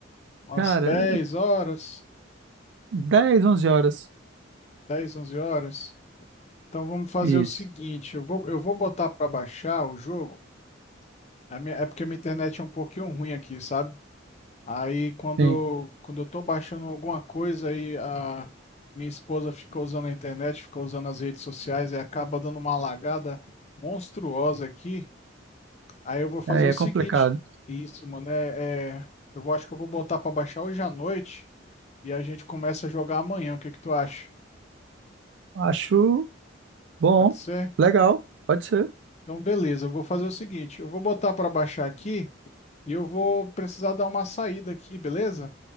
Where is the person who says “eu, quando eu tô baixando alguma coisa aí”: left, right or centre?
Left